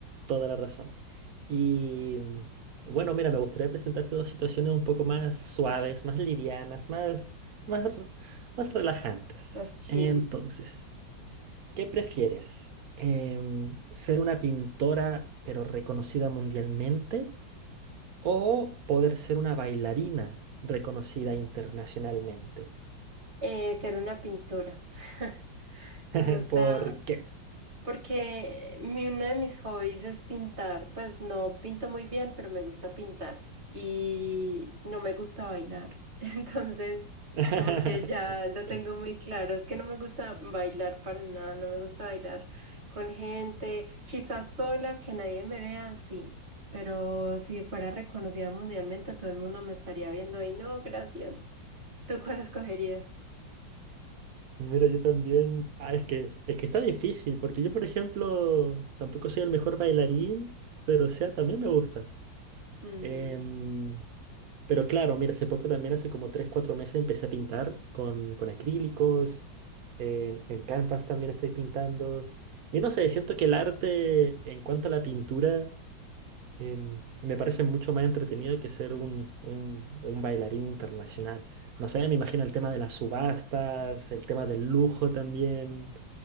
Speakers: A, on the right (about 65°); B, on the right (about 40°).
A: toda la razón. Y bueno, mira, me gustaría presentarte dos situaciones un poco más suaves, más livianas, más, más, r- más relajantes.
B: más chill.
A: Entonces, ¿qué prefieres? Em, ¿ser una pintora pero reconocida mundialmente? o poder ser una bailarina reconocida internacionalmente.
B: Eh, ser una pintura, <laughs> Me
A: <laughs>
B: gusta
A: ¿Por qué?
B: porque mi, uno de mis hobbies es pintar. Pues no pinto muy bien, pero me gusta pintar. Y no me gusta bailar. <laughs> Entonces,
A: <laughs>
B: como que ya lo tengo muy claro. Es que no me gusta bailar para nada. No me gusta bailar con gente. Quizás sola, que nadie me vea así. Pero si fuera reconocida mundialmente, todo el mundo me estaría viendo y no, gracias. ¿Tú cuál escogerías?
A: Mira, yo también. Ah, es que, es que está difícil, porque yo, por ejemplo, tampoco soy el mejor bailarín, pero o sea, también me gusta.
B: Mm,
A: Em, pero claro, mira, hace poco también, hace como 3 4 meses, empecé a pintar con, con acrílicos. En, en Canvas también estoy pintando. Y no sé, siento que el arte, en cuanto a la pintura. em, me parece mucho más entretenido que ser un, un- un bailarín internacional. No sé, me imagino el tema de las subastas, el tema del lujo también.